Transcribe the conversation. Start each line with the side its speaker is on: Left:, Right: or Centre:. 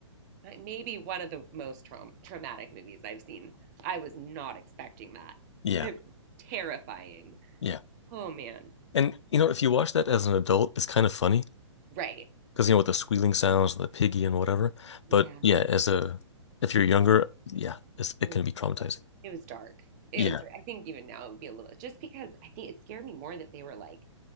Right: That may be one of the most traum traumatic movies I've seen. I was not expecting that.
Left: Yeah.
Right: It was terrifying.
Left: Yeah.
Right: Oh man.
Left: And you know, if you watch that as an adult, it's kind of funny
Right: Right.
Left: because you know with the squealing sounds and the piggy and whatever.
Right: Yeah.
Left: But yeah, as a if you're younger, yeah, it's,
Right: Yeah.
Left: it can be traumatizing.
Right: It was dark. It
Left: Yeah.
Right: was, I think even now it would be a little, just because I think it scared me more that they were like,